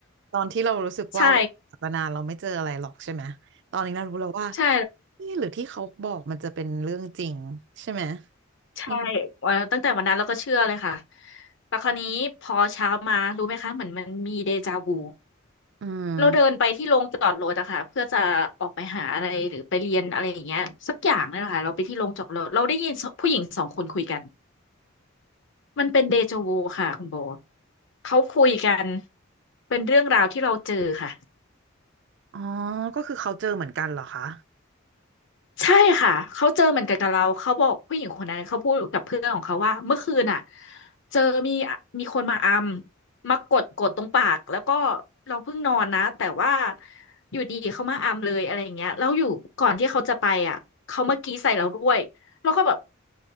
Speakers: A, on the right (about 60°); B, on the left (about 65°).
A: ตอนที่เรารู้สึกว่าศาสนาเราไม่เจออะไรหรอกใช่ไหมตอนนี้เรารู้แล้วว่า
B: ใช่ ใช่
A: นี่หรือที่เขาบอกมันจะเป็นเรื่องจริงใช่ไหม
B: ใช่เอ่อตั้งแต่วันนั้นเราก็เชื่อเลยค่ะ
A: อืม
B: แต่คราวนี้พอเช้ามารู้ไหมคะเหมือนมันมีเดจาวู
A: อืม
B: เราเดินไปที่โรงจอดรถอะค่ะเพื่อจะออกไปหาอะไรหรือไปเรียนอะไรอย่างเงี้ยสักอย่างนี่แหละค่ะเราไปที่โรงจอดรถเราได้ยินผู้หญิงสองคนคุยกันมันเป็นเดจาวูค่ะคุณโบเขาคุยกันเป็นเรื่องราวที่เราเจอค่ะ
A: อ๋อก็คือเขาเจอเหมือนกันเหรอคะ
B: ใช่ค่ะเขาเจอเหมือนกันกับเราเขาบอกผู้หญิงคนนั้นเขาพูดกับเพื่อนของเขาว่าเมื่อคืนอ่ะเจอมีมีคนมาอัมมากดกดตรงปากแล้วก็เราเพิ่งนอนนะแต่ว่าอยู่ดีเขามาอัมเลยอะไรอย่างเงี้ยแล้วอยู่ก่อนที่เขาจะไปอ่ะเขามากรี้ใส่เราด้วยแล้วก็แบบ